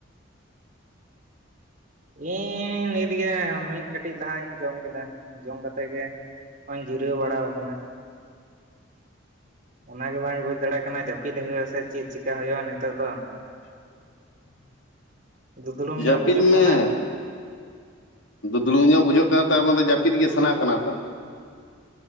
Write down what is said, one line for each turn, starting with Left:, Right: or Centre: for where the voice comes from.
Right: ᱤᱧ ᱱᱤᱛᱜᱮ ᱢᱤᱫ ᱠᱟᱹᱴᱤᱡ ᱞᱟᱦᱟᱧ ᱡᱚᱢ ᱠᱮᱫᱟ ᱡᱚᱢ ᱠᱟᱛᱮ ᱛᱮᱜᱮ ᱦᱚᱧ ᱡᱤᱨᱟᱹᱣ ᱵᱟᱲᱟ ᱠᱟᱱᱟ ᱚᱱᱟᱜᱮ ᱵᱟᱹᱧ ᱵᱩᱡᱽ ᱫᱟᱲᱮᱭᱟᱜ ᱠᱟᱱᱟ ᱡᱟᱹᱯᱤᱫ ᱦᱩᱭᱩᱜ ᱟᱥᱮ ᱪᱮᱫ ᱪᱮᱠᱟ ᱦᱩᱭᱩᱜᱼᱟ ᱱᱤᱛᱚᱜ ᱫᱚ
Left: <inaudible>
Right: ᱫᱩᱫᱽᱲᱩᱢ ᱧᱚᱜ
Left: ᱡᱟᱯᱤᱫ
Right: ᱵᱩᱡᱩᱜ
Left: ᱢᱮ
Right: ᱠᱟᱱᱟ
Left: ᱵᱩᱞᱩᱝ ᱧᱚᱜ ᱵᱩᱡᱷᱟᱹᱜ ᱠᱟᱱᱟ ᱛ ᱡᱟᱹᱯᱤᱫ ᱜᱮ ᱥᱟᱱᱟ ᱠᱟᱱᱟ ᱥᱮ